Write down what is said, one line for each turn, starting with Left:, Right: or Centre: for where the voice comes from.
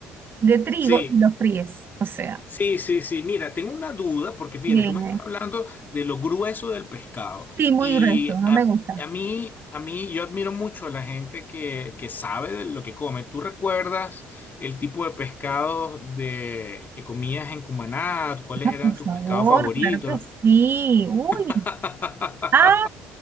Right: de trigo
Left: Sí,
Right: y lo fríes. O sea,
Left: Sí, sí, sí. Mira, tengo una duda porque fíjate,
Right: viene.
Left: tú me estás hablando de lo grueso del pescado
Right: Sí, muy
Left: y
Right: grueso, no
Left: a,
Right: me gusta.
Left: a mí, a mí, yo admiro mucho a la gente que, que sabe de lo que come. ¿Tú recuerdas el tipo de pescado de, que comías en Cumaná? ¿Cuáles
Right: Ah,
Left: eran
Right: por
Left: tus
Right: favor,
Left: pescados favoritos?
Right: claro que sí. Uy,
Left: <laughs>
Right: ay,